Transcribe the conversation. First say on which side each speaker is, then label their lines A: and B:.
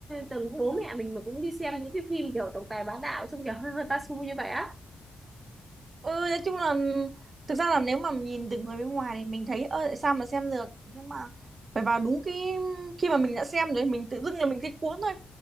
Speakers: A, on the right; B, on the right.
A: từng bố mẹ mình mà cũng đi xem những cái phim kiểu tổng tài bá đạo xong kiểu hơi hơi ba xu như vậy á
B: ừ nói chung là thực ra là nếu mà nhìn từ người bên ngoài thì mình thấy ơ tại sao mà xem được nhưng mà phải vào đúng cái khi mà mình đã xem rồi mình tự dưng là mình thấy cuốn thôi